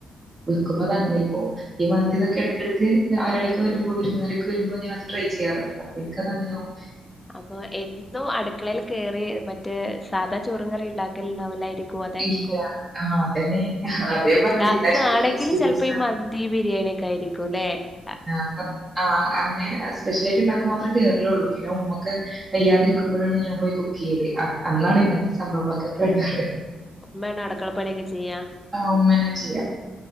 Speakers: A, on the right (about 35°); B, on the left (about 15°).
A: വെയ്ക്കുമ്പോ അത് അങ്ങനെ പോകും ഈ മന്തി ഇതൊക്കെ ഇടയ്ക്കിടക്ക് ആളുകളൊക്കെ വരുമ്പോ വിരുന്നുകാരൊക്കെ വരുമ്പോ ഞാനത് ട്രൈ ചെയ്യാറുണ്ട് എനിക്ക് അത് അങ്ങനെയാവും
B: അപ്പൊ എന്നും അടുക്കളയിൽ കേറി മറ്റേ സാധാ ചോറും കറി ഉണ്ടാക്കലുണ്ടാവൂലായിരിക്കും അതായിരിക്കും
A: ഇല്ല. ആ അതന്നെ. അതേ ഞാൻ
B: ഉണ്ടാക്കയാണെങ്കിൽ
A: പറഞ്ഞത് എല്ലാ ജോലിക്കും എക്സ്പീരിയൻസ്
B: ചിലപ്പോ ഈ മന്തി ബിരിയാണി ഒക്കെ ആയിരിക്കും <inaudible>
A: ആ ആ അങ്ങനെ സ്പെഷ്യലായിട്ട് ഉണ്ടാക്കും മാത്രം കേയറുള്ളൂ പിന്നെ ഉമ്മൊക്കെ വയ്യാതിരിക്കുമ്പോഴാണ് ഞാൻ പോയി കുക്ക് ചെയ്യൽ അന്നാണ് ഇങ്ങനത്തെ സംഭവങ്ങളൊക്കെ <inaudible>
B: ഉമ്മ ആണോ അടുക്കള പണിയൊക്കെ ചെയ്യാ
A: ആ ഉമ്മന്നെ ചെയ്യും.